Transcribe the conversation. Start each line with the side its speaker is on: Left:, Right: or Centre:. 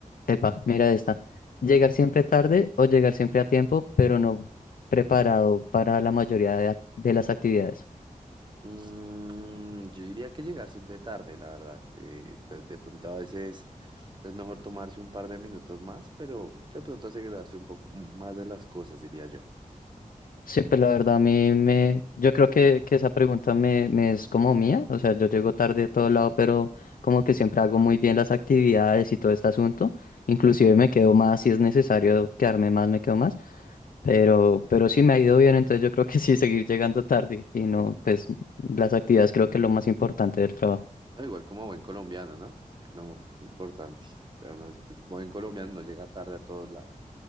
Left: Epa, mira esta. Llegar siempre tarde o llegar siempre a tiempo, pero no preparado para la mayoría de, ac- de las actividades.
Right: Mm, yo diría que llegar siempre tarde, la verdad. Eh, de, de pronto a veces es mejor tomarse un par de minutos más, pero de pronto asegurarse un poco más de las cosas, diría yo.
Left: Sí, pues la verdad a mí me... Yo creo que, que esa pregunta me, me es como mía. O sea, yo llego tarde a todo lado, pero como que siempre hago muy bien las actividades y todo este asunto. Inclusive me quedo más si es necesario quedarme más, me quedo más. Pero, pero sí me ha ido bien, entonces yo creo que <laughs> sí seguir llegando tarde y
Right: Pero,
Left: no, pues las actividades creo que es lo más importante del trabajo.
Right: da igual como buen colombiano, ¿no? Que Lo importante. O sea, uno es- buen colombiano no llega tarde a todos lados.